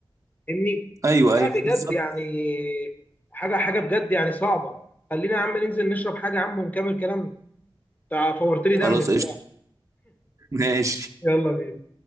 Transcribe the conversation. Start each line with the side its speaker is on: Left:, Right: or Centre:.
Left: فاهمني
Right: ايوه
Left: فلا
Right: ايوه
Left: بجد
Right: بالظبط
Left: يعني حاجه حاجه بجد يعني صعبه خلينا يا عم ننزل نشرب حاجه يا عم ونكمل كلام انت فورت لي دمي
Right: خلاص
Left: بصراحه
Right: قشطه ماشي
Left: يلا بينا